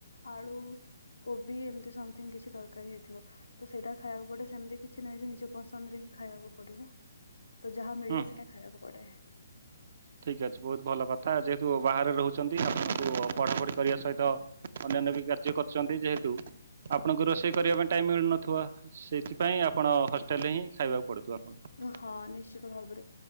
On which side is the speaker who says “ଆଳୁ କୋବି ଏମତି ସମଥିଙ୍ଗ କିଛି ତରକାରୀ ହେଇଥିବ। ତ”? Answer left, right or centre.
Left